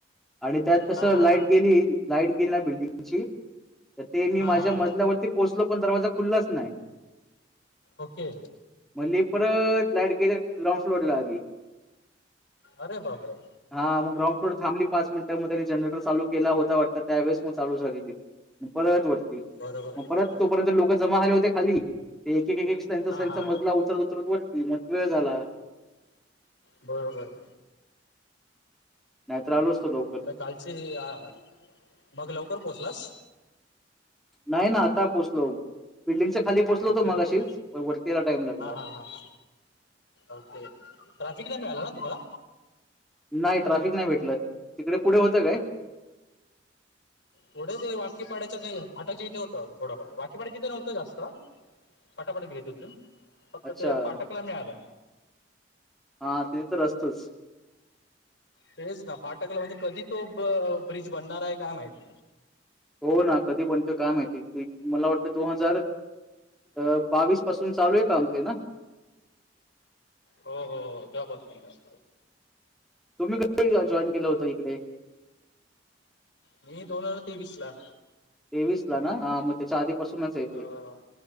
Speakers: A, in the centre; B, on the left (about 70°).
A: आणि त्यात कसं
B: हा हा
A: लाईट
B: हा
A: गेली लाईट गेली ना बिल्डिंग ची ते मी
B: हा
A: माझ्या
B: हा
A: मजल्यावरती पोहोचलो पण दरवाजा खुल्लाच नाय.
B: ओके.
A: मल्ली परत लाईट गेली ग्राउंड फ्लोर ला आली.
B: अरे बाप रे!
A: हा मग ग्राउंड फ्लोर थांबली पाच मिनटं मग त्यानी जनरेटर चालू केला होता वाटतं त्या वेळेस म चालू झाली लिफ्ट. म परत वरती
B: बरोबर
A: म
B: बरोबर
A: परत तोपर्यंत लोकं जमा झाले होते खाली ते एक एक एक त्यांच
B: हा
A: त्यांचा
B: हा
A: मजला उतरत उतरत वरती मग वेळ झाला.
B: बरोबर
A: नाही तर आलो असतो लव
B: अरे कालची आ मग लवकर पोहोचलास?
A: नाही ना आता पोचलो बिल्डिंगच्या खाली पोचलो
B: ओके
A: होतो
B: ओके
A: मग अशीच पर वरती यायला टाइम लागला.
B: हा हा हा हा ओके ट्राफिक नाही मिळाला ना तुम्हाला?
A: नाही ट्राफिक नाही भेटलं तिकडे पुढे होतं काय
B: पुढे ते वाकी पाड्याच्या ती फाटकच्या इथं होतं थोडंफार वाकीपाड्याची इथे नव्हतं जास्त फटाफट गेले तिथून फक्त
A: अच्छा
B: ते फाटकला मिळालं.
A: हा तिथे तर असतोच.
B: तेच ना फाटकला म्हणजे कधी तो ब ब्रिज बनणार आहे काय माहिती.
A: हो ना कधी बनतो काय माहिती ती मला वाटतं दोन हजार अ बावीस पासून चालू आहे काम ते ना?
B: हो हो हो त्या पासूनतच.
A: तुम्ही कधी जॉईन केलं होता इकडे?
B: मी दोन हजार तेवीस ला.
A: तेवीस ला ना हा मग त्याच्या आधीपासूनच आहे
B: अ
A: तेे